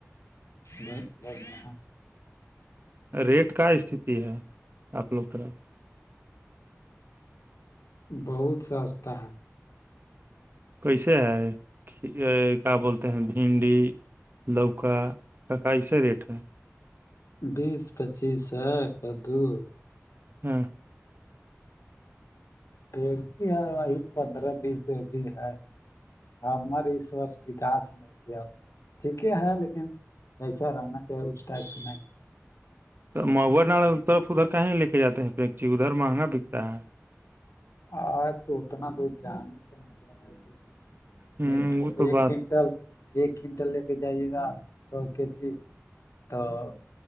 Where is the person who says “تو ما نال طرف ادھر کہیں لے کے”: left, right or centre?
Right